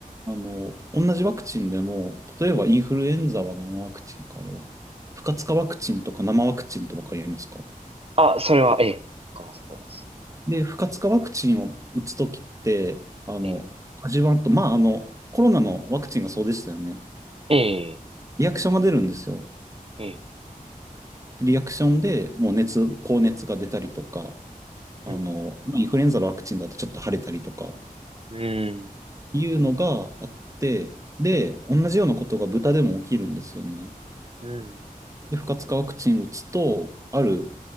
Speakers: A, on the right; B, on the right.
A: あの、同じワクチンでも、例えばインフルエンザは何ワクチンか、あれは。不活化ワクチンとか生ワクチンってわかりますか
B: あ、それは、ええ。わかります、わかります。
A: で、不活化ワクチンを打つときって、あの、
B: ええ。
A: 味わんと、まあ、あの、コロナのワクチンがそうでしたよね。
B: ええ、
A: リアクションが出るんですよ。
B: ええ。
A: でリアクションでもう熱、高熱が出たりとか、あの、
B: うん、
A: まあインフルエンザのワクチンだとちょっと腫れたりとか、
B: うん、
A: いうのがあって、で、同じようなことが豚でも起きるんですよね。
B: うん。
A: で、不活化ワクチンを打つと、ある